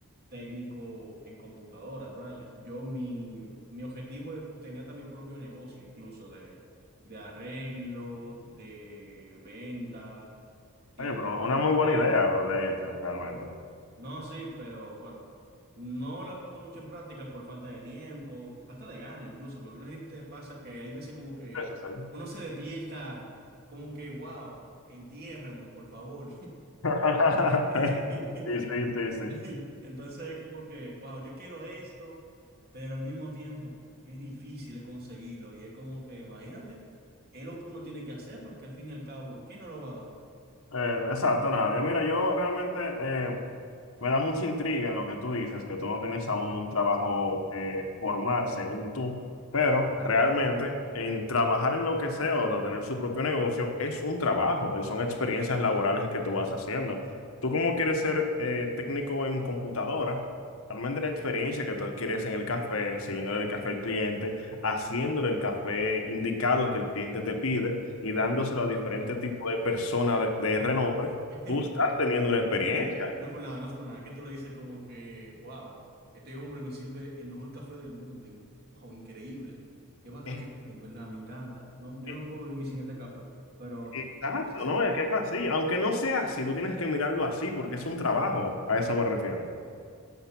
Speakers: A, on the right; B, on the left.
A: técnico en computadoras, vaya. Yo mi, mi objetivo es- tenía hasta mi propio negocio incluso de, de arreglo, de venta y
B: Oye,
A: de
B: pero
A: mantenimiento
B: una muy buena
A: de...
B: idea,
A: compu-
B: de hecho, realmente.
A: No, sí, pero bueno, no la he puesto mucho en práctica por falta de tiempo, falta de gana incluso, porque no sé si te pasa que hay veces como que
B: Eso sí.
A: uno se despierta como que, wow, entiérrenme, por favor.
B: <laughs>
A: <laughs>
B: Sí, sí, sí, sí.
A: <laughs> Entonces, como que, wow, yo quiero esto, pero al mismo tiempo, qué difícil es conseguirlo. Y es como que, imagínate, es lo que uno tiene que hacer, porque al fin y al cabo, ¿quién no lo va a dar?
B: Eh, exacto, nadie. Mira, yo realmente eh, me da mucha intriga en lo que tú dices, que tú no tienes aún un trabajo eh, formal, según tú, pero realmente en trabajar en lo que sea o de tener su propio negocio es un trabajo y son experiencias laborales que tú vas haciendo. Tú como quieres ser eh, técnico en computadora, realmente la experiencia que tú adquieres en el café, sirviéndole el café al cliente haciéndole el café indicado que el cliente te pide y dándoselo a diferentes
A: Pero-
B: tipos de personas de, de renombre,
A: <laughs>
B: tú estás teniendo una experiencia.
A: es que, no es por nada, no es por nada, es que tú lo dices como que, wow, este hombre me sirve el mejor café del mundo, y, wow, increíble, qué bacán,
B: Eh,
A: en verdad, me encanta. No, yo
B: eh,
A: no puedo vivir sin este café, pero
B: Exacto,
A: son cosas sencillas.
B: ¿no? Es que es así. Aunque no sea así, tú tienes que mirarlo así porque es un trabajo. A eso me refiero.